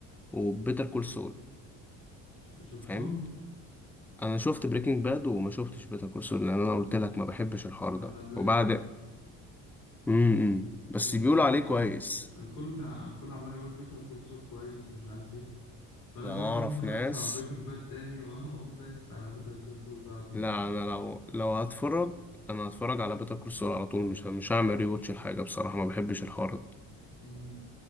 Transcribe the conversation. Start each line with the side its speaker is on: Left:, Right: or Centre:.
Centre: وبيتر كول سول
Left: ش- شفتهم
Centre: فاهم انا شفت بريكنج باد وما شفتش بيتر كول سول لان انا قلت لك ما بحبش الحوار ده
Left: انا زيك
Centre: وبعد امم بس
Left: الكل
Centre: بيقولوا عليه
Left: كان ع-
Centre: كويس
Left: الكل كان ع- الكل عمال يقول بيتها كل سول كويس ومش عارف ايه فانا
Centre: ده
Left: شكلي
Centre: انا اعرف
Left: ممكن
Centre: ناس
Left: اسمع بريكنج باد تاني <laughs> واقوم دايس على بيتها كل سول بعده
Centre: لا
Left: ولا حاجه
Centre: انا لو لو هتفرج انا هتفرج على بيتر كول سول على طول مش مش هعمل ريواتش الحاجه بصراحه ما بحبش الحوار ده
Left: مم.